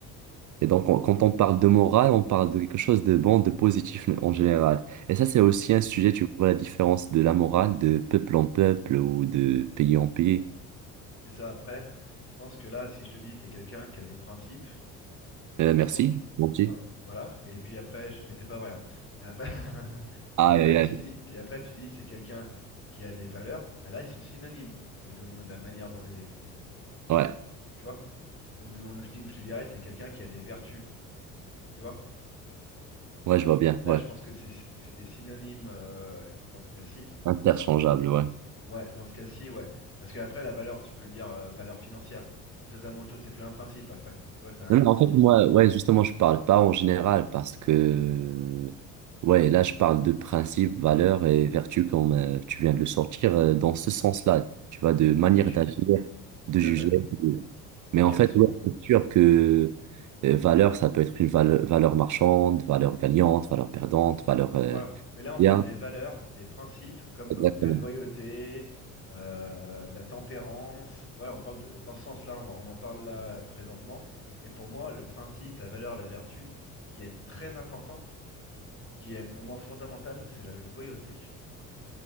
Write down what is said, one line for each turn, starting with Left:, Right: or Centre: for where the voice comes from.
Right: Et donc, on- quand on parle de morale, on parle de quelque chose de bon, de positif en général. Et ça, c'est aussi un sujet, tu vois, la différence de la morale de peuple en peuple ou de pays en pays.
Left: Et ça, après, je pense que là, si je te dis t'es quelqu'un qui a des principes,
Right: Euh,
Left: dans
Right: merci,
Left: ce sens
Right: mon petit.
Left: dans- voilà et puis après je- mais c'est pas vrai hein. et après <laughs>
Right: Aïe,
Left: et après
Right: aïe,
Left: tu
Right: aïe.
Left: dis et après tu dis c'est quelqu'un qui a des valeurs mais là ils sont synonymes les deux mots de la manière dont on les exprime
Right: Ouais.
Left: tu vois et où, où je dis où je te dirais t'es quelqu'un qui a des vertus tu vois
Right: Ouais, je vois bien,
Left: là
Right: ouais.
Left: je pense que c'est c'est des synonymes euh, dans ce cas-ci
Right: Interchangeable, ouais.
Left: ouais dans ce cas-ci ouais parce que après la valeur tu peux dire euh, valeur financière c'est totalement autre chose c'est plus un principe après tu vois ça a
Right: Non,
Left: un autre
Right: non, en
Left: sens
Right: fait, moi, ouais, justement, je parle pas en général parce que, ouais, là, je parle de principes, valeurs et vertus comme euh, tu viens de le sortir euh, dans ce sens-là, tu vois, de manière
Left: donc
Right: d'agir,
Left: tout
Right: de juger.
Left: à fait
Right: de-
Left: donc
Right: Mais
Left: quels
Right: en fait,
Left: sont
Right: ouais, c'est sûr que euh, valeur, ça peut être une vale- valeur marchande, valeur gagnante, valeur perdante, valeur euh,
Left: Voilà. Mais là, on
Right: bien.
Left: parle des valeurs, des principes comme
Right: Exactement.
Left: la loyauté, euh, la tempérance. Voilà, on parle de- dans ce sens-là, on, va- on en parle là présentement. Et pour moi, le principe, la valeur, la vertu, qui est très importante, qui est pour moi fondamentale, c'est la loyauté.